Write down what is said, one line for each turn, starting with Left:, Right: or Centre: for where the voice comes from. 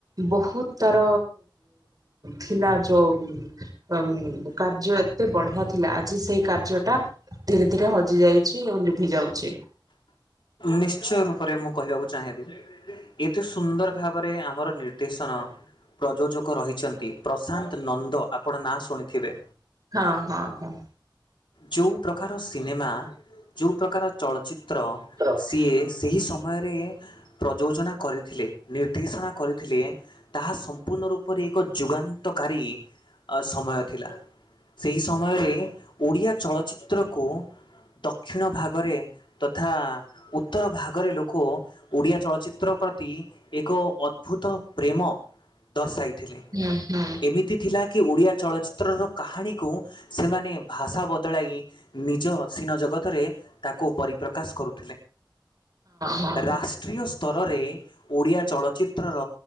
Right: ବହୁତ ତାର ଥିଲା ଯୋଉ ତ ଉ -କାର୍ଯ୍ୟ ଏତେ ବଢିଆ ଥିଲା ଆଜି ସେଇ କାର୍ଯ୍ୟ ଟା ଧୀରେ ଧୀରେ ହଜି ଯାଇ ଛି ଆଉ ଲିଭି ଯାଉଛି
Left: ନିଶ୍ଚୟ ରୂପରେ ମୁଁ କହିବାକୁ ଚାହିଁବି ଏତେ ସୁନ୍ଦର ଭାବରେ ଆମର ନିର୍ଦ୍ଦେଶନ ପ୍ରଯୋଜକ ରହିଛନ୍ତି ପ୍ରଶାନ୍ତ ନନ୍ଦ ଆପଣ ନାଁ ଶୁଣିଥିବେ!
Right: ହଁ, ହଁ, ହ
Left: ଯୋଉ ପ୍ରକାର ସିନେମା ଯୋଉ ପ୍ରକାର ଚଳଚ୍ଚିତ୍ର
Right: ହୁଁ
Left: ସିଏ ସେହି ସମୟରେ ପ୍ରଯୋଜନା କରିଥିଲେ ନିର୍ଦ୍ଦେଶନା କରିଥିଲେ। ତାହା ସମ୍ପୂର୍ଣ୍ଣ ରୂପରେ ଏକ ଯୁଗାନ୍ତକାରୀ ଆ ସମୟ ଥିଲା। ସେହି ସମୟରେ ଓଡ଼ିଆ ଚଳଚ୍ଚିତ୍ରକୁ ଦକ୍ଷିଣ ଭାଗରେ ତଥା ଉତ୍ତର ଭାଗରେ ଲୋକ ଓଡ଼ିଆ ଚଳଚ୍ଚିତ୍ର ପ୍ରତି ଏକ ଅଦ୍ଭୁତ ପ୍ରେମ ଦର୍ଶାଇଥିଲେ
Right: ହୁଁ ହଁ
Left: ଏମିତି ତିି ଥିଲା କି ଓଡ଼ିଆ ଚଳଚ୍ଚିତ୍ରର କାହାଣୀକୁ ସେମାନେ ଭାଷା ବଦଳାଇ ନିଜ ଅସିିନ ଜଗତରେ ତାକୁ ପରିପ୍ରକାଶ କରୁ
Right: ହଁ ହଁ
Left: ରାଷ୍ଟ୍ରୀୟ ସ୍ତରରେ ଓଡ଼ିଆ ଚଳଚ୍ଚିତ୍ରର